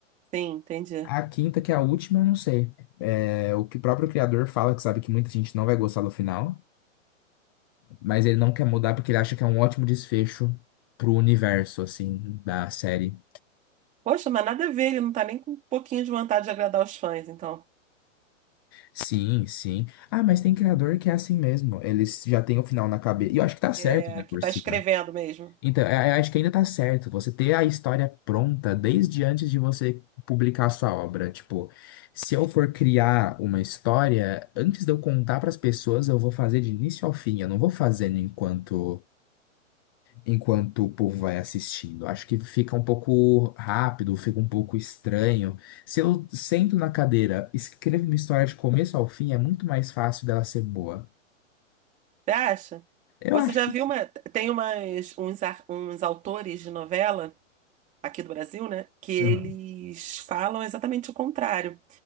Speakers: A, on the right; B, on the left.
A: sim, entendi.
B: A quinta, que é a última, eu não sei. É o que o próprio criador fala, que sabe que muita gente não vai gostar do final, mas ele não quer mudar porque ele acha que é um ótimo desfecho pro universo, assim, da série.
A: Poxa, mas nada a ver, ele não tá nem com um pouquinho de vontade de agradar os fãs, então.
B: Sim, sim. Ah, mas tem criador que é assim mesmo. Eles já têm o final na cabeça. E eu acho que tá certo
A: É,
B: ainda
A: que
B: por
A: tá
B: cima.
A: escrevendo mesmo.
B: Então, eu acho que ainda tá certo você ter a história pronta desde antes de você publicar a sua obra. Tipo, se eu for criar uma história, antes de eu contar para as pessoas, eu vou fazer de início ao fim. Eu não vou fazendo enquanto enquanto o povo vai assistindo. Acho que fica um pouco rápido, fica um pouco estranho. Se eu sento na cadeira, escrevo uma história de começo ao fim, é muito mais fácil dela ser boa.
A: Você acha?
B: Eu
A: Você
B: acho
A: já
B: que
A: viu uma. Tem umas, uns, ar- uns autores de novela, aqui do Brasil, né? Que eles
B: Uhum.
A: falam exatamente o contrário.